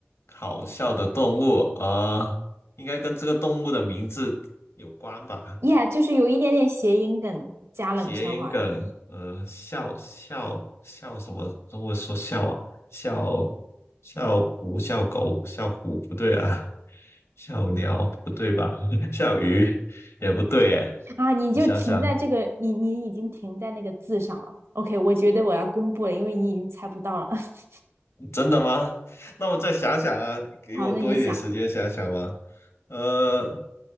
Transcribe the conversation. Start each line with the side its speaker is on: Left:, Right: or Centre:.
Left: 好笑的动物啊，呃应该跟这个动物的名字有关吧？
Right: ？”Yeah，就是有一点点谐音梗加冷笑话的。
Left: 谐音梗，呃，笑笑笑什么？中文说笑啊，笑笑虎、笑狗、笑虎不对啊，笑鸟不对吧？<laughs> 笑鱼也不对哎，
Right: 啊，你就停在这个，
Left: 我想想，
Right: 你你已经停在那个字上了。OK，我觉得我要公布了，因为你已经猜不到了。<laughs>
Left: 真的吗？那我再想想啊，给我多一点时间想想吧。
Right: 好，那你想，
Left: 呃，